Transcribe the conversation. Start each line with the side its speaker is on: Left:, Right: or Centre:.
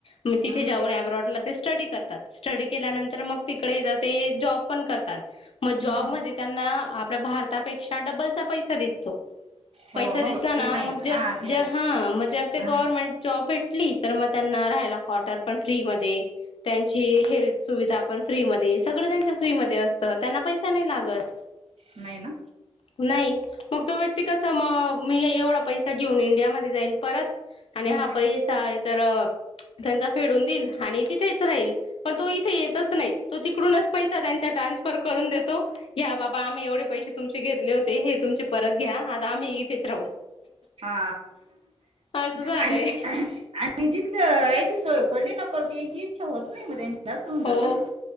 Left: मी तिथे
Right: हम्म
Left: जाऊन अब्रॉटला. स्टडी करतात, स्टडी केल्यानंतर मग तिकडे येत ते जॉब पण करतात. मग जॉबमध्ये
Right: हम्म हम्म.
Left: त्यांना आपल्या भारतापेक्षा डबलचा पैसा दिसतो.
Right: हो
Left: पैसा
Right: हो
Left: दिसला ना,
Right: ते आहे
Left: मग
Right: हा
Left: जर
Right: ते आहे
Left: जर हा मग जर ते
Right: हा,
Left: गव्हरमेंट. जॉब भेटली तर, मग त्यांना राहायला कॉटर पण फ्री मध्ये. त्यांची हेल्थ सुविधा आपण फ्रीमध्ये, सगळं त्यांनच फ्री मध्ये असत त्यांना पैसा नाही लागत.
Right: नाही ना.
Left: नाही, मग तो व्यक्ती कसा म मी एवढा पैसा घेऊन इंडियामध्ये. जाईल परत, आणि
Right: हम्म
Left: हा पैसा तर त्यांचा फेडून देईल आणि तिथेच. रा पण तो इथे येतच नाही. तो तिकडूनच पैसा त्यांचा ट्रान्सफर करून देतो. या बाबा आम्ही एवढे पैसे तुमचे घेतले होते. हे तुमचे परत घ्या आता आम्ही इथेच राहू.
Right: हा
Left: असं झालंय
Right: आणि. आणि जिथलं यायची सवय पडली ना, परत यायची इच्छा होत नाही म्हणे असं होऊन जात
Left: हो
Right: ना.